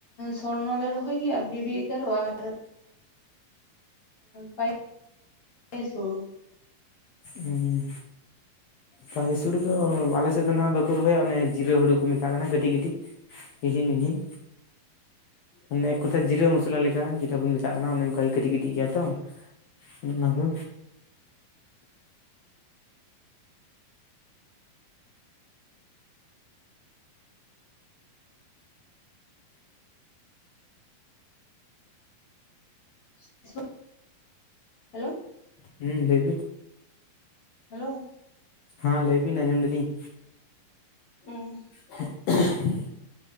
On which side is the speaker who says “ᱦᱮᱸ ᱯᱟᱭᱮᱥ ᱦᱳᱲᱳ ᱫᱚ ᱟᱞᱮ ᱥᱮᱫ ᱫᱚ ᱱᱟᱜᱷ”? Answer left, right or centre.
Left